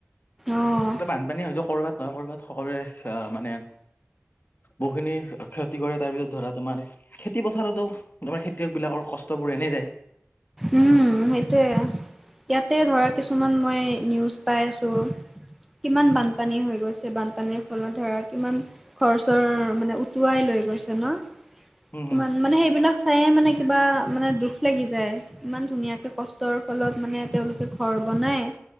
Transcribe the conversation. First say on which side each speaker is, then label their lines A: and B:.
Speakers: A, in the centre; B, on the left.
A: অ',
B: ত বানপানী হয়তো কৰবাত নহয় কৰবাত সকলোৰে মানে বহুখিনি ক্ষতি কৰে তাৰ পিছত ধৰা তোমাৰ খেতি পথাৰতো তমাৰ খেতিয়ক বিলাকৰ কষ্টবোৰ এনে যায়।
A: উমঁ সেইটোয়ে, ইয়াতে ধৰা কিছুমান মই নিউজ পাই আছোঁ। কিমান বানপানী হৈ গৈছে, বানপানীৰ ফলত ধৰা কিমান ঘৰ-চৰ মানে উটুৱাই লৈ গৈছে ন‌?
B: উম, হুম,
A: ইমান, মানু সেইবিলাক চাইয়ে মানে কিবা মানে দুখ লাগি যায়, ইমান ধুনীয়াকে কষ্টৰ ফলত মানে তেওঁলোকে ঘৰ বনায়-